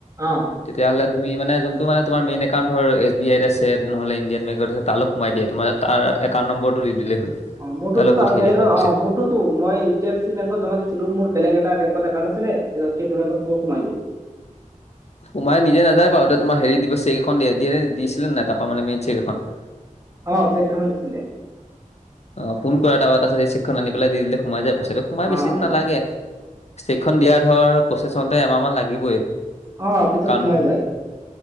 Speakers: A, on the right; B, on the left.
A: অ'।
B: তেতিয়াহ'লে তুমি মানে যোনটো মানে তোমাৰ মেইন একাউণ্টৰ এছ বি আইত আছে নহ'লে ইণ্ডিয়ান বেংকত আছে তালৈ সোমাই দিয়ে, তোমাৰ তাৰ এউণ্ট নম্বৰটো দি দিলেই হ'ল।
A: অ' মোৰতোটো
B: তালৈ
A: তাৰ
B: পঠিয়াই
A: বেলেগৰ
B: দিয়া মানে পইচাটো
A: অহ মোৰতোটো, মই এইচ ডি এফ চি বেংকত জমা দিছিলো, মোৰ বেলেগ এটা বেংকত একাউণ্ট আছিলে, পাছত সেইটো বংকত মোৰ সোমাই গ'ল।
B: সোমাই নিজে নাযাই বাৰু তোমাৰ হেৰি দিব চেক এখন দিয়ে দিছিলে নাই তাৰপা মানে মেইন চেক এখন?
A: অ' চেক এখন দিছিলে।
B: অ' ফোন কৰা তাৰ পৰা তাৰপাছতেই চেকখন আনি পেলাই দি দিলে সোমাই যায় পইছাটো, সোমাই
A: অ
B: বেছি দিন
A: অ
B: নালাগে। ষ্টেকখন দিয়াৰ ধৰ প্ৰচেছ হওঁতে এমাহমান লাগিবই।
A: অ পিছত
B: কাৰণ
A: সোমাই যায়